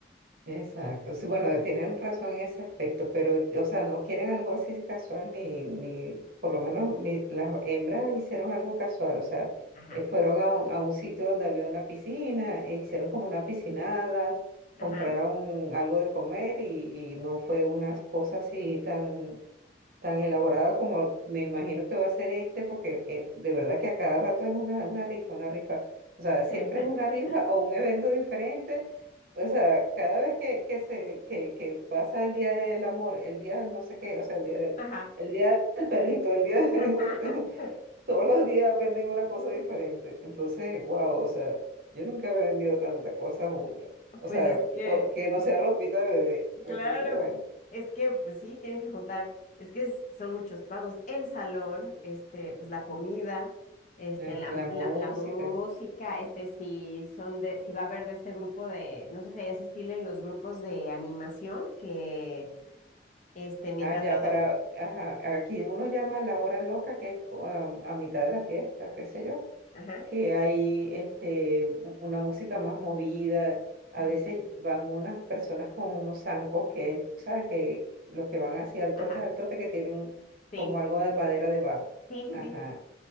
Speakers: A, on the right; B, on the left.
A: exacto. Sí, bueno, tienen razón en ese aspecto, pero, o sea, no quieren algo así casual, ni, ni, por lo menos mi- las hembras hicieron algo casual, o sea,
B: Ajá,
A: eh, fueron a un, a un sitio donde había una piscina, e hicieron como una piscinada,
B: ajá.
A: compraron algo de comer y, y no fue una cosa así tan tan elaborada como me imagino que va a ser este, porque eh, de verdad que a cada rato es una, una rifa, una rifa. O sea, siempre
B: <laughs>
A: es una rifa o un evento diferente. O sea, cada vez que, que, se, que, que pasa el día del amor, el día del no sé qué, o sea, el día de-
B: Ajá.
A: el día del perrito, el día de-
B: <laughs>
A: <laughs> todos los días venden una cosa diferente. Entonces, wow, o sea, yo nunca he vendido tanta cosa junta. O
B: Pues
A: sea,
B: es que
A: co- que no sea ropita de bebé. Entonces,
B: Claro,
A: bueno,
B: es que pues sí, tienen que juntar, es que es- son muchos pagos, el salón, este, pues la comida, este,
A: la
B: la,
A: la
B: la,
A: música.
B: la música, este, si son de, si va a haber de este grupo de, no sé si allá se estilen los grupos de animación que, este, mientras
A: Ah, ya,
B: lo
A: para,
B: de,
A: ajá, aquí uno llama a la hora loca, que es co- am- a, mitad de la fiesta, qué sé yo,
B: ajá,
A: que hay este, u- una música más movida, a
B: ujú,
A: veces van unas personas con unos zancos que, ¿sabes? Que los que van hacia el
B: ajá,
A: tote, al tote, que tienen
B: sí,
A: como algo de madera debajo.
B: sí, sí,
A: Ajá,
B: sí,